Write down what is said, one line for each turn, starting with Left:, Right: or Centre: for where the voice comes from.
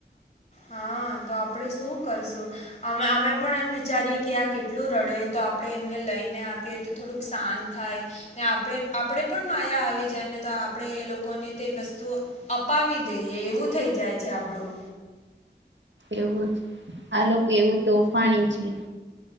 Left: હા, તો આપડે શું કરશું અમે અમે પણ એમ વિચારીએ કે આ કેટલું રડે તો આપડે એમને લઈને આપીએ તો થોડુંક શાંત થાય ને આપડે આપડે પણ માયા આવી જાયને. તો આપડે એ લોકોને તે વસ્તુ અપાવી દઈએ એવું થઈ જાય છે આપડું.
Right: એવું જ આ લોકો એવું તોફાની છે.